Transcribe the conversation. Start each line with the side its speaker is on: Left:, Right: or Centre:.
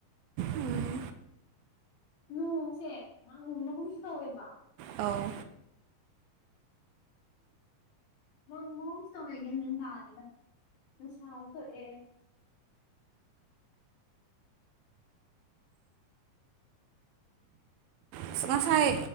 Right: ꯎꯝ
Left: ꯅꯣꯡꯁꯦ ꯃꯥꯡꯕꯒꯨꯝꯁꯨ ꯇꯧꯋꯦꯕ
Right: ꯑꯥꯎ
Left: ꯃꯪꯕꯒꯨꯝꯁꯨ ꯇꯧꯋꯦ ꯒ꯭ꯌꯥꯟ ꯃꯦꯜ ꯇꯥꯗꯦꯗ ꯅꯨꯡꯁꯥꯁꯨ ꯊꯣꯛꯑꯦ
Right: ꯑꯁ ꯉꯁꯥꯏ